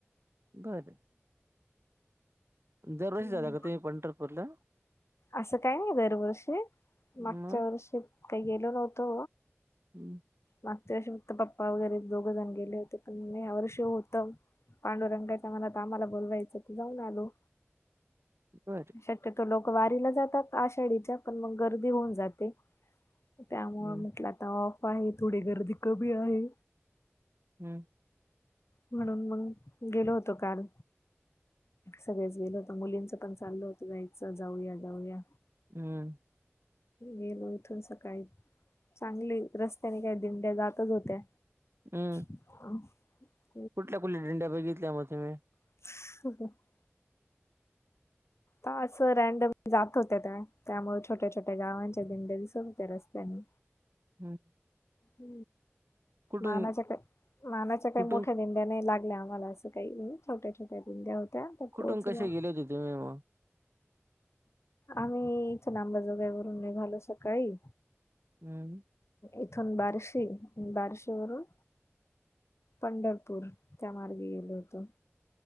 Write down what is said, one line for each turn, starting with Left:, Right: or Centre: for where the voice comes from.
Right: बरं. दरवर्षी
Left: हं.
Right: जाता का तुम्ही पंढरपूरला?
Left: असं काही नाही दरवर्षी, मागच्या
Right: मग?
Left: वर्षी काही गेलो नव्हतो.
Right: <unintelligible>
Left: मागच्या वर्षी फक्त पप्पा वगैरे दोघं जण गेले होते, पण मी ह्या वर्षे होतं. पांडुरंगायचा मला तर आम्हाला बोलवायचं त जाऊन आलो.
Right: बरं.
Left: शक्यतो लोक वारीला जातात आषाढीच्या, पण मग गर्दी होऊन जाते. त्यामुळे
Right: हं,
Left: म्हटलं आता ऑफ आहे, थोडी गर्दी कमी आहे.
Right: हम्म.
Left: म्हणून मंग गेलो होतो काल. सगळ्याच गेलो होतो. मुलींचं पण चालू होतं, जायचं जाऊया, जाऊया
Right: हं.
Left: गेलो इथून सकाळी चांगली रस्त्याने काय दिंड्या जातच होत्या.
Right: हं.
Left: <inaudible>
Right: कुठल्या कुठ दिंड्या बघितल्या मग तुम्ही?
Left: <unintelligible> आ असं रँडमली जात होते त्या, त्यामुळे छोट्या, छोट्या गावांचे दिंडे दिसून होते रस्त्याने.
Right: <unintelligible>
Left: ह,
Right: कुठून
Left: मानाच्या काय मानाच्या काय
Right: कुठून
Left: मोठ्याने त्या नाही लागल्या आम्हाला अस काही छोट्या- छोट्याया <unintelligible> होत्या. त्या
Right: कुठून
Left: पोहोचल्या.
Right: कसे गेले होते तुम्ही मग?
Left: आम्ही इथ लांबाजोगावरून निघालो सकाळी
Right: हम्म.
Left: इथून बार्शी आणि बार्शी वरून पंढरपूर त्या मार्गी गेलो होतो.